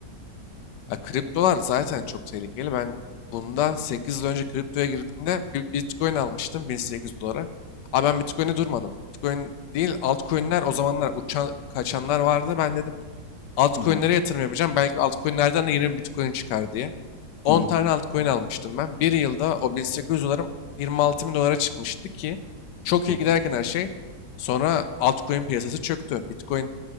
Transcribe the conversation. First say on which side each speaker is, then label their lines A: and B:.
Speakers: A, on the left; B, on the left.
A: Ya kriptolar zaten çok tehlikeli. Ben bundan 8 yıl önce kriptoya girdiğimde bir Bitcoin almıştım 1800 dolara. Ama ben Bitcoin'e durmadım. Bitcoin değil altcoin'ler o zamanlar uçan kaçanlar vardı. Ben dedim altcoin'lere
B: Hı hı,
A: yatırım yapacağım. Belki altcoin'lerden de yeni bir Bitcoin çıkar diye. on
B: hı hı.
A: tane altcoin almıştım ben. Bir yılda o 1800 dolarım 26 bin dolara çıkmıştı ki çok
B: Çok
A: iyi giderken
B: iyi.
A: her şey. Sonra altcoin piyasası çöktü. Bitcoin